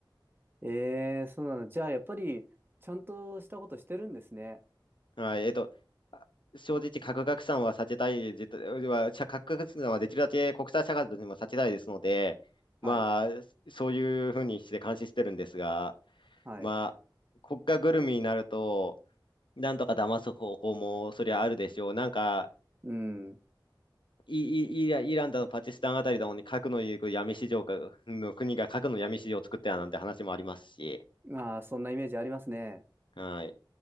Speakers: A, on the right; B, on the left.
A: えー、そうなの。じゃあ、やっぱり、ちゃんとしたことしてるんですね。
B: はい、えっと、あ正直、核拡散は避けたい、絶対は、しゃ核拡散はできるだけ国際社会としても避けたいですので、まあ、
A: はい、
B: そういうふうにして監視してるんですが、
A: はい。
B: まあ、国家ぐるみになると、なんとか騙す方法もそりゃあるでしょう。なんか、
A: うん。
B: イ、イ、イライランだのパキスタンあたりだのに核の闇市場が、の国が核の闇市場を作ってたなんて話もありますし、
A: まあ、そんなイメージありますね。
B: はい。